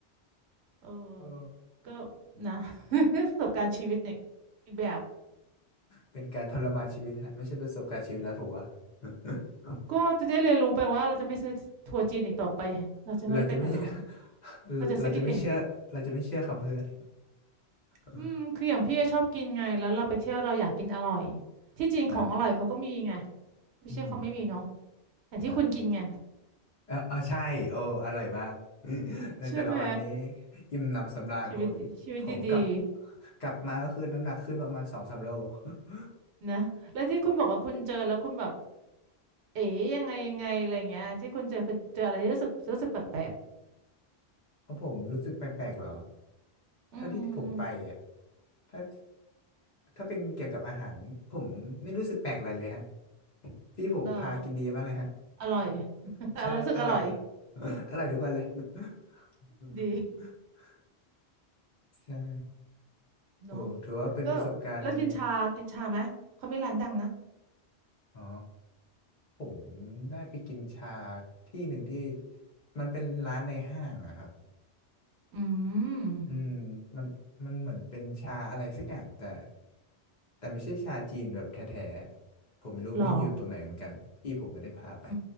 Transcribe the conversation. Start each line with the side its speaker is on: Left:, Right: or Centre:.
Right: เออ
Left: โอ้
Right: ก็นะ <laughs> ประสบการณ์ชีวิตเนี่ยอีกแบบ
Left: เป็นการทรมานชีวิตฮะไม่ใช่ประสบการณ์ชีวิตแล้วผมว่า <laughs>
Right: ก็จะได้เรียนรู้ไปว่าเราจะไม่ซื้อทัวร์จีนอีกต่อไปเราจะไม่ไปกับเขา
Left: เราจะไม่ <laughs>
Right: เราจะซื้อกินเอง
Left: เราจะไม่เชื่อเราจะไม่เชื่อคำเพื่อน <laughs>
Right: อืมคืออย่างพี่ชอบกินไงแล้วเราไปเที่ยวเราอยากกินอร่อยที่จีนของอร่อยเขาก็มีไง
Left: ครับ
Right: ไม่ใช่เขาไม่มีเนาะ
Left: อืม
Right: อย่างที่คุณกินไง
Left: ครับเออเออใช่โอ้อร่อยมาก <laughs> ในแต่ละวันนี้
Right: ใช่ไหม
Left: อิ่มหนำสำราญโอ้ยผมกลับ
Right: ชีวิตดีชีวิตดี
Left: กลับมาก็คือน้ำหนักขึ้นประมาณสองสามโล <laughs>
Right: ๆนะแล้วที่คุณบอกว่าคุณเจอแล้วคุณแบบเอ๋ยังไงยังไงอะไรเงี้ยที่คุณเจอคือเจออะไรที่รู้สึกรู้สึกแปลก
Left: เพราะผมรู้สึกแปลกๆเหรอ
Right: ๆอืม
Left: ถ้าที่ผมไปอ่ะถ้าถ้าเป็นเกี่ยวกับอาหารผมไม่รู้สึกแปลกอะไรเลยฮะที่ผมพากินดีมากเลยฮะ
Right: เหรออร่อย <laughs>
Left: <laughs>
Right: อรอยรู้สึกอร่อย
Left: ใช่อร่อย <laughs> อร่อยทุกวันเลย <laughs>
Right: ดี
Left: ใช่
Right: เนาะ
Left: โอ้ถือว่าเป็นประสบการณ์
Right: ก็แล้วกินชากินชาไหมเขามีร้านดังนะ
Left: อ๋อผมได้ไปกินชาที่หนึ่งที่มันเป็นร้านในห้างอะครับ
Right: อืม
Left: อืมมันมันเหมือนเป็นชาอะไรสักอย่างแต่แต่ไม่ใช่ชาจีนแบบแท้ๆผมไม่รู้ไม่อยู่ตรงไหนเหมือนกันพี่ผมไม่ได้พาไป
Right: เหรอ อื